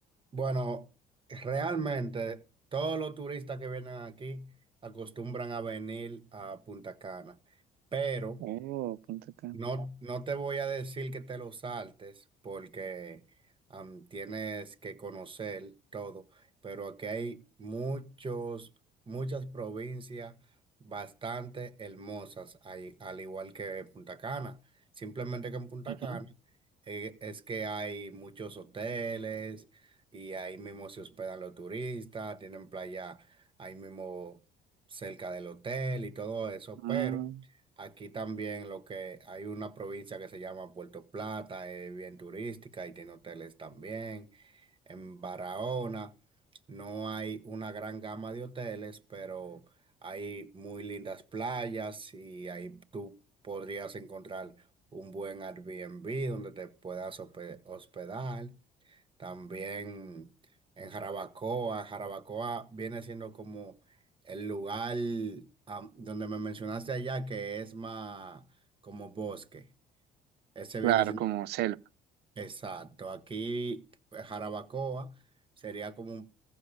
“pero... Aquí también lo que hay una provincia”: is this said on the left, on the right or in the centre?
Right